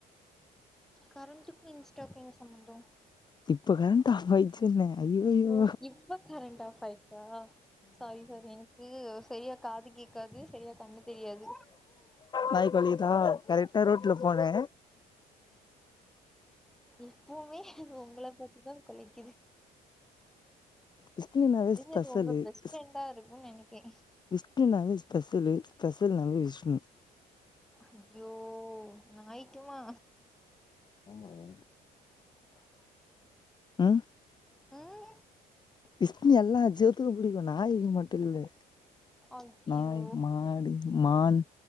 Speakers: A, in the centre; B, on the left.
A: கரண்ட்டுக்கு இன்ஸ்டாக்கு என்ன சம்மந்தோ
B: இப்ப கரண்ட்டு ஆஃப் ஆயிச்சுன்னே ஐயயோ
A: ஓ இப்ப கரண்ட் ஆஃப் ஆயிடுச்சா சாரி சாரி எனக்கு சரியா காது கேக்காது சரியா கண்ணு தெரியாது
B: நாய் கொலைக்கிதா கரெக்டா ரோட்டுல போனே
A: எப்போமே அது உங்கள பாத்துதா கொலைக்கிது
B: விஷ்ணு நாவே ஸ்பெஷலு
A: அது உங்க பெஸ்ட்
B: விஷ்
A: ஃப்ரெண்டா இருக்குன்னு நெனைக்கே
B: விஷ்ணு நாவே ஸ்பெஷ் ஷலு ஸ்பெஷல் நாவே விஷ்ணு
A: ஐயோ நாய்க்குமா
B: ஆமாங்க ம்
A: ம்
B: விஷ்னு நல்லா விஷ்யத்துல புடிக்கு நாயி மட்டு இல்ல
A: ஐயோ
B: நாய் மாடு மான்